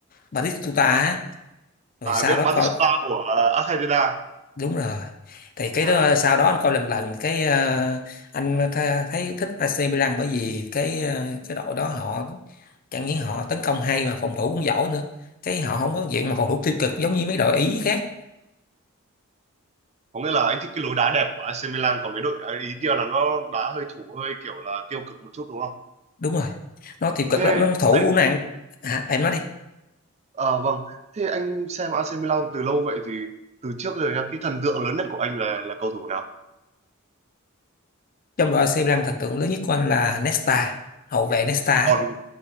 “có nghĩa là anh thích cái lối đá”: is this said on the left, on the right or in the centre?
Right